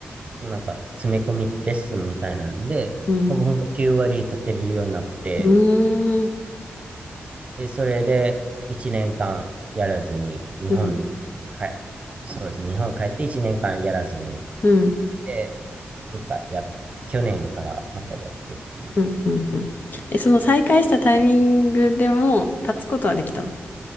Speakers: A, on the right (about 35°); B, on the left (about 45°).
A: なんか詰め込みレッスンみたいなんで、
B: うん。
A: ほぼほぼ9割立てれるようになって、
B: うーん。
A: で、それで1年間やらずに、日本に帰、
B: うん。
A: そうですね。日本帰って1年間やらずに、
B: うん。
A: で、またや、去年からまたやってっていう。
B: うん。うん。うんえ、その再開したタイミングでも立つことはできた